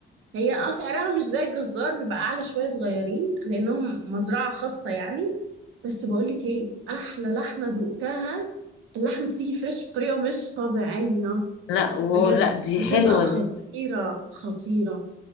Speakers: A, on the right (about 80°); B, on the left (about 85°).
A: هي اه سعرها مش زي الجزار بيبقى اعلى شويه صغيرين لانهم مزرعه خاصه يعني بس بقول لك ايه احلى لحمه دقتها اللحمه بتيجي فريش بطريقه مش طبيعيه
B: لا ولا
A: بجد
B: دي
A: بتبقى
B: حلوة
A: خطيره
B: دي
A: خطيره